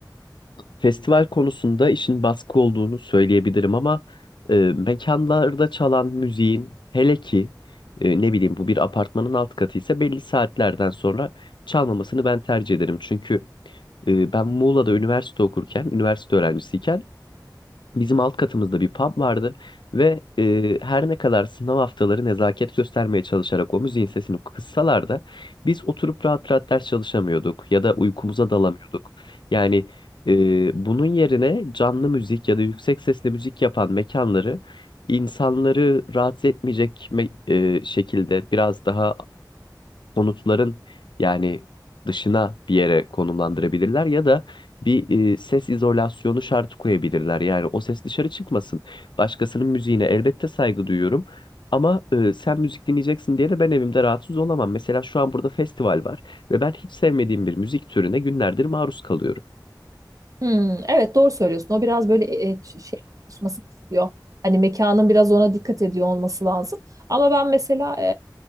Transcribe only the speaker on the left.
Festival konusunda işin baskı olduğunu söyleyebilirim ama e, mekanlarda çalan müziğin hele ki e, ne bileyim bu bir apartmanın alt katı ise belli saatlerden sonra çalmamasını ben tercih ederim. Çünkü e, ben Muğla'da üniversite okurken, üniversite öğrencisiyken Bizim alt katımızda bir pub vardı ve e, her ne kadar sınav haftaları nezaket göstermeye çalışarak o müziğin sesini kıssalar da biz oturup rahat rahat ders çalışamıyorduk ya da uykumuza dalamıyorduk. Yani e, bunun yerine canlı müzik ya da yüksek sesli müzik yapan mekanları insanları rahatsız etmeyecek me- e, şekilde biraz daha konutların yani dışına bir yere konumlandırabilirler ya da bir e, ses izolasyonu şartı koyabilirler. Yani o ses dışarı çıkmasın. Başkasının müziğine elbette saygı duyuyorum. Ama e, sen müzik dinleyeceksin diye de ben evimde rahatsız olamam. Mesela şu an burada festival var ve ben hiç sevmediğim bir müzik türüne günlerdir maruz kalıyorum.